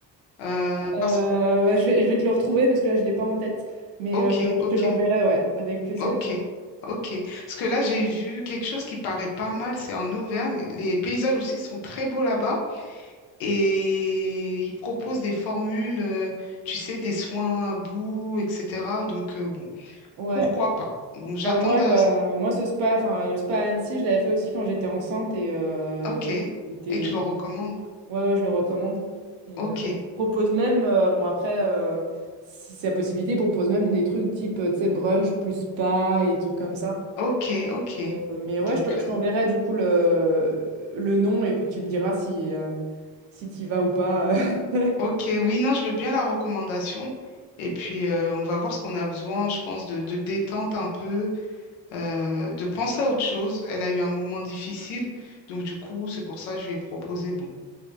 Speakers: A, on the left (about 80°); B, on the right (about 65°).
A: Euh,
B: Euh,
A: parce
B: bah, je vais, je vais te le retrouver parce que là, je ne l'ai pas en tête. Mais
A: ok,
B: euh, je
A: ok,
B: te l'enverrai, ouais, avec plaisir.
A: ok, ok. Parce que là, j'ai vu quelque chose qui paraît pas mal, c'est en Auvergne. Les paysages aussi sont très beaux là-bas et ils proposent des formules, euh, tu sais, des soins à bout, etc. Donc, euh, bon,
B: Ouais.
A: pourquoi pas? Bon, j'attends
B: Bah, ouais,
A: de...
B: bah, moi, ce spa, enfin, le spa à Annecy, je l'avais fait aussi quand j'étais enceinte et euh,
A: Ok, et
B: il était-
A: tu
B: il
A: le recommandes?
B: était cool. Ouais, ouais, je le recommande. Et,
A: Ok,
B: euh, il propose même, euh, bon, après, euh, si c'est la possibilité, il propose même des trucs type, euh, tu sais, brunch plus spa et des trucs comme ça.
A: ok, ok.
B: Euh, Mais ouais,
A: Donc,
B: je te-
A: euh,
B: je t'enverrai du coup le, le nom et puis tu me diras si, euh, si tu vas ou pas. <laughs>
A: ok, oui, non, je veux bien la recommandation. Et puis, euh, on va voir ce qu'on a besoin, je pense, de, de détente un peu. euh, de penser à autre chose. Elle a eu un moment difficile, donc du coup, c'est pour ça que je lui ai proposé, bon,